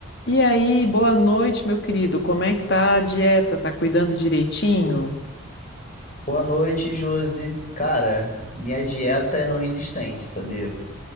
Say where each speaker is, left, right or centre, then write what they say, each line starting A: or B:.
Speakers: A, on the left; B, on the left.
A: E aí, boa noite, meu querido. Como é que tá a dieta? Tá cuidando direitinho?
B: Boa noite, Josi. Cara, minha dieta é não existente, sabia?